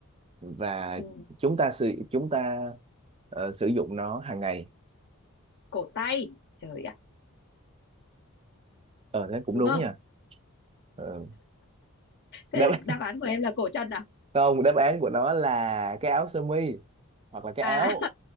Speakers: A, on the right (about 25°); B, on the left (about 50°).
A: và
B: ừ.
A: chúng ta sử chúng ta ờ, sử dụng nó hàng ngày
B: cổ tay trời ạ
A: ờ thế cũng
B: đúng
A: đúng
B: không
A: nha Ờ, đáp
B: thế
A: <laughs>
B: đáp án của dạ em là cổ chân à
A: không đáp án của nó là cái áo sơ mi hoặc là cái
B: à
A: áo